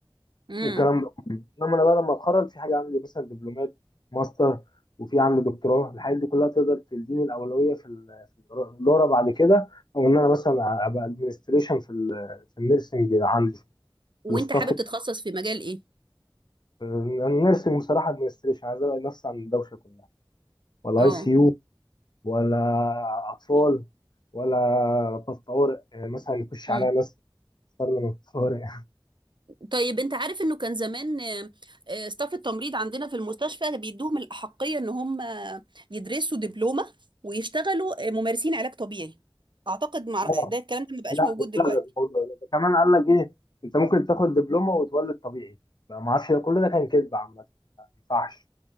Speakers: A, on the right; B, on the left.
A: امم
B: والكلام ده كله انما انا بقى لما اتخرج في حاجه عندي مثلا دبلومات ماستر وفي عندي دكتوراه الحاجات دي كلها تقدر تديني الاولويه في ال- في الاداره بعد كده او ان انا مثلا ابقى ادمنستريشن في ال- في النيرسنج عندي في
A: وانت
B: الاستاف
A: حابب تتخصص في مجال ايه
B: النيرسنج بصراحه ادمنستريشن عايز ابعد نفسي عن الدوشه كلها ولا
A: اه
B: اي سي يو ولا اطفال ولا طب طوارئ يعني مثلا يخش
A: امم
B: عليا ناس صرنا من الطوارئ
A: طيب انت عارف انه كان زمان آه، آه، ستاف التمريض عندنا في المستشفى بيدوهم الأحقية ان هم آه، يدرسوا دبلومة ويشتغلوا آه، ممارسين علاج طبيعي اعتقد مع...
B: <laughs>
A: ده الكلام ده ما بقاش
B: لا
A: موجود
B: اتلغى
A: دلوقتي
B: الموضوع ده ده كمان قال لك ايه انت ممكن تاخد دبلومه وتولد طبيعي ما ما اعرفش ده كل ده كان كذب عامه ما ينفعش